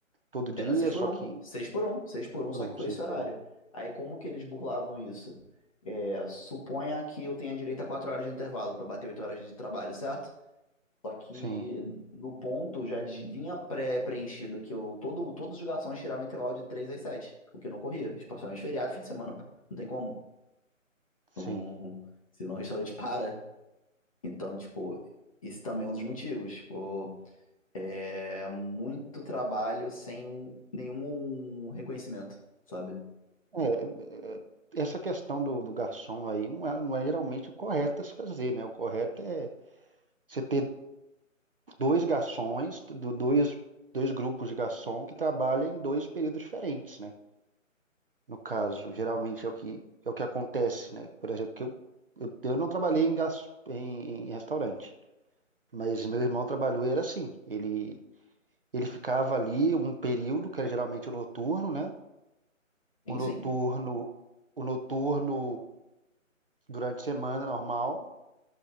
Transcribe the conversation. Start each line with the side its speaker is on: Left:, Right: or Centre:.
Right: todo dia,
Left: Era seis por
Right: só
Left: um,
Right: que
Left: seis por um, seis por um,
Right: pronto,
Left: só que com esse
Right: seis
Left: horário.
Right: por um.
Left: Aí como que eles burlavam isso? É, suponha que eu tenha direito a quatro horas de intervalo para bater oito horas de trabalho, certo? Só que
Right: Sim,
Left: no ponto já de- vinha pré-preenchido que eu, todo, todos os garçons tiravam intervalo de três às sete, o que não corria, especialmente feriado, e fim de semana, pô. Não tem como.
Right: sim.
Left: Uhum. Senão o restaurante para. Então, tipo, esse também é um dos motivos. Tipo, é muito trabalho sem um- nenhum reconhecimento, sabe?
Right: É, é, essa questão do, do garçom aí não é, não é geralmente o correto a se fazer, né? O correto é você ter dois garçons, do, dois, dois grupos de garçom que trabalham em dois períodos diferentes, né? No caso, geralmente é o que, é o que acontece, né? Por exemplo, que eu, eu, eu não trabalhei em, gas, em, em restaurante, mas meu irmão trabalhou e era assim. Ele, ele ficava ali um período, que era geralmente o noturno, né?
Left: Sim,
Right: O
Left: sim.
Right: noturno, o noturno durante a semana normal,